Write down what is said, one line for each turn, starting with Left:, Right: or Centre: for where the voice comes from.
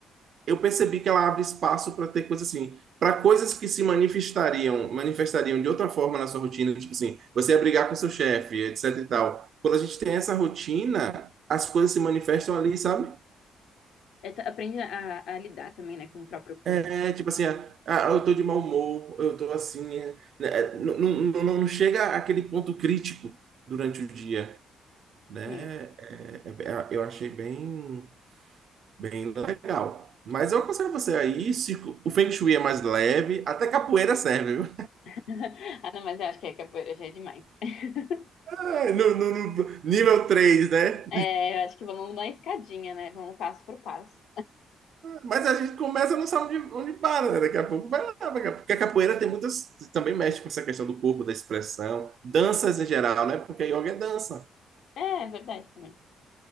Right: eu percebi que ela abre espaço para ter coisas assim, para coisas que se manifestariam, manifestariam de outra forma na sua rotina, tipo assim, você ia brigar com seu chefe, etc e tal.
Left: Sim.
Right: Quando a gente tem essa rotina, as coisas se manifestam ali, sabe?
Left: É, tu aprende a, a lidar também, né, com o próprio corpo.
Right: É tipo assim, ah, eu tô de mau humor, eu tô assim, é, né, é, não, não, não, chega àquele ponto crítico durante o dia, né?
Left: Sim.
Right: É, é, é, eu achei bem, bem legal. Mas eu aconselho você aí, se o Feng Shui é mais leve, até capoeira serve, viu?
Left: <laughs> Ah, não, mas eu acho que a capoeira já é demais. <laughs>
Right: É, No, no- no nível 3, né?
Left: É, eu acho que vamos na escadinha, né? Vamos passo por passo.
Right: Mas a gente começa, não sabe onde, onde para, né? Daqui a pouco vai lá, daqui a pouco. Porque a capoeira tem muitas. Também mexe com essa questão do corpo, da expressão, danças em geral, né? Porque a yoga é dança.
Left: É, é verdade também.